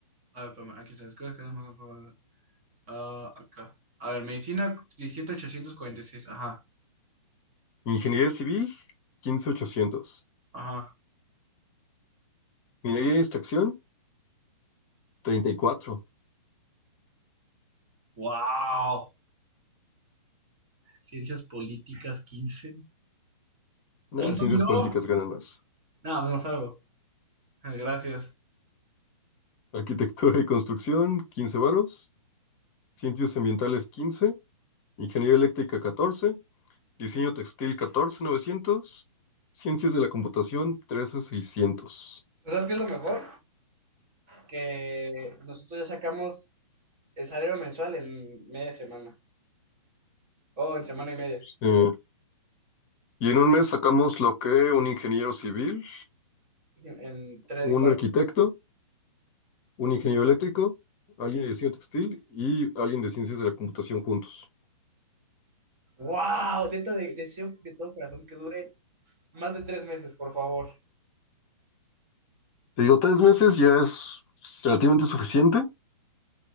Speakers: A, on the right; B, on the left.
A: A ver, espérame, aquí se escoge que más aprobadas. Ah, acá. A ver, medicina 17.846, ajá,
B: Ingeniería civil, 15800.
A: ajá.
B: Minería y extracción, 34.
A: ¡Wow! Ciencias políticas 15.
B: Nah,
A: ¿Punto
B: ciencias
A: yo?
B: políticas ganan más.
A: Nada, no salgo. Ah, Gracias.
B: Arquitectura y construcción, 15 varos. Ciencias ambientales, 15. Ingeniería eléctrica, 14. Diseño textil, 14900. Ciencias de la computación, 13600.
A: ¿Sabes qué es lo mejor? que nosotros ya sacamos el salario mensual en media semana, o en semana y media,
B: Eh,
A: te
B: y en un mes sacamos lo que un ingeniero civil,
A: digo, en tres,
B: un
A: en cuatro.
B: arquitecto, un ingeniero eléctrico, alguien de diseño textil y alguien de ciencias de la computación juntos.
A: ¡Wow! Neta, de- deseo de todo corazón que dure más de tres meses, por favor.
B: Te digo, tres meses ya es relativamente suficiente